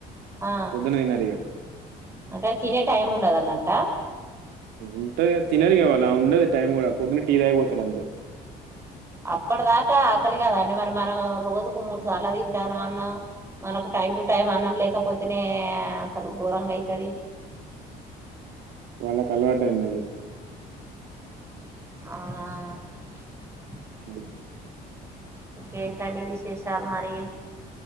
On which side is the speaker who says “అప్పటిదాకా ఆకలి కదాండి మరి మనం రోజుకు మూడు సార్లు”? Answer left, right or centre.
Right